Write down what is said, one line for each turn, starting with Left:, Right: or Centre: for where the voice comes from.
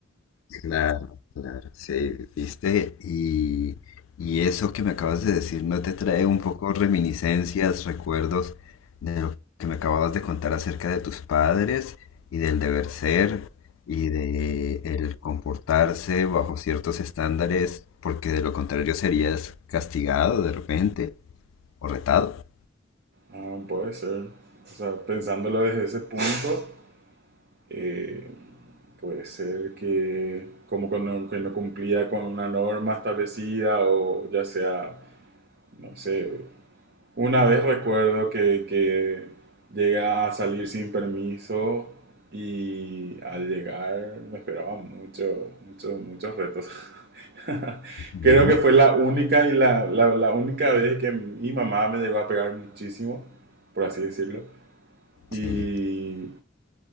Left: Claro, claro, sí, viste, y, y eso que me acabas de decir no te trae un poco reminiscencias, recuerdos de lo que me acababas de contar acerca de tus padres y del deber ser y de el comportarse bajo ciertos estándares, porque de lo contrario serías castigado de repente o retado.
Right: Ah, puede ser. O sea, pensándolo desde ese punto, eh, puede ser que como que no, que no cumplía con una norma establecida o ya sea, no sé, una vez recuerdo que, que llega a salir sin permiso y al llegar me esperaban mucho, mucho, muchos retos. <laughs>
Left: Ujú,
Right: Creo que fue la única y la, la, la única vez que mi mamá me llegó a pegar muchísimo, por así decirlo. Y
Left: Sí,